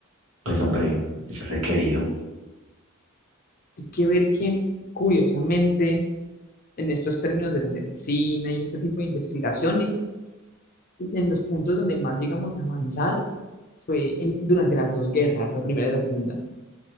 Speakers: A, on the right; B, on the left.
A: pues hombre, es requerido.
B: Hay que ver que, curiosamente, en estos términos de la medicina y este tipo de investigaciones, en los puntos donde más llegamos a avanzar fue en- durante las dos guerras, la primera y la segunda.